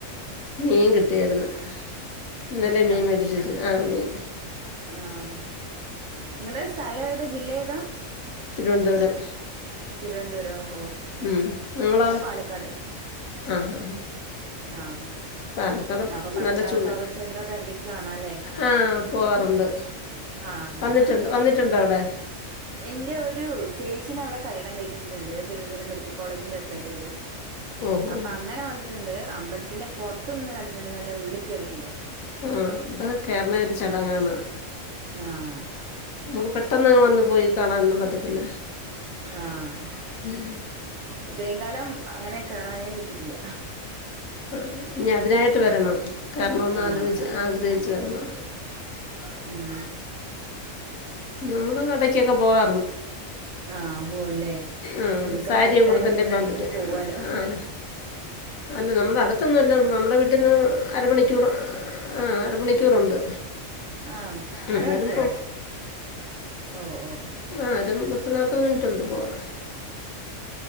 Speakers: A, on the left (about 85°); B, on the right (about 70°).
A: മീൻ കിട്ടിയാരുന്നു ഇന്നലെ
B: മീനോ
A: മീൻ മേടിച്ചു വെച്ചു ആ മീൻ
B: ആഹ് നിങ്ങടെ സ്ഥലം ഏതാ ജില്ല ഏതാ
A: തിരുവനന്തപുരം
B: തിരുവനന്തപുരം ഓ
A: ഉം നിങ്ങളോ
B: നിങ്ങള് പാലക്കാട്
A: ആ ആഹ്
B: ആഹ്
A: പാലക്കാട്
B: അപ്പം പത്മനാഭ
A: നല്ല ചൂട്
B: സ്വാമി ക്ഷേത്രംഒക്കെ എടക്ക് എടക്ക്‌ കാണാംലെ
A: ആ പോകാറുണ്ട്
B: ആഹ്
A: വന്നിട്ടുണ്ട് വന്നിട്ടുണ്ടോ അവിടെ
B: എന്റെ ഒര് ചേച്ചീനെ അവ്ടെ കല്യാണം കഴിപ്പിച്ചിട്ടിണ്ട് തിരുവനന്തപുരം മെഡി ക്ക കോളേജിന്റെ അടുത്തായിട്ട് വരും
A: ഓഹോ
B: അപ്പം അങ്ങനെ വന്നിട്ട്ണ്ട് അമ്പലത്തിന്റെ പൊറത്ത് നിന്ന് കണ്ടിട്ടോണ്ട്ന്നല്ല ഉള്ളികേറീട്ടില്ല
A: മം അപ്പ കേറാണെ ഒരു ചടങ്ങാണ
B: ആഹ്
A: <unintelligible> പെട്ടെന്നങ്ങ് വന്ന് പോയി കാണാനൊന്നും പറ്റത്തില്ല
B: ആഹ്
A: മം
B: ഇത്രയും കാലം അങ്ങനെ കോറതെന്ന് റ്റിട്ടില്ല
A: ആഹ് ഞാൻ അതിനായിട്ട് വരണം കാരണമൊന്ന്
B: ആഹ്
A: ആലോചിച്ച് ആഗ്രഹിച്ച്
B: <unintelligible>
A: വരണം
B: ഉം
A: നമ്മള് അടക്കൊക്കെ പോവാ
B: ആഹ് പോവല്ലേ
A: ആ
B: നിനക്ക്
A: സാരിയൊക്കെ
B: അവിടെ അടുത്തായതുകൊണ്ട്
A: ഉടുത്തല്ലേ
B: ഇങ്ങനെ
A: പോകാൻ
B: ഇടക്കിറങ്ങി
A: പറ്റൂ
B: പോവാലോ
A: ആ അല്ല നമ്മുടെ അടുത്തൊന്നുംല്ല നമ്മുടെ വട്ടന്ന് അരമണിക്കൂർ ആഹ് അരമണിക്കൂറുണ്ട്
B: ആഹ്
A: ഉം,
B: അരമണിക്കൂറോ
A: എന്നാലും പോ
B: ഓ ഓ
A: ആരമ്പത്ത് നാപ്പത്‌ മിനിറ്റുണ്ട് പോവാ